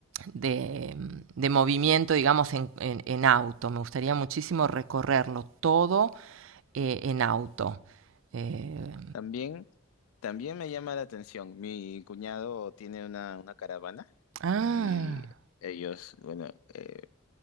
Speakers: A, on the right; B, on the left.
A: de, mm, de movimiento, digamos, en, en, en, auto. Me gustaría muchísimo recorrerlo todo eh, en auto. Eh,
B: También, también me llama la atención, mi cuñado tiene una, una caravana
A: ah,
B: y ellos, bueno, eh,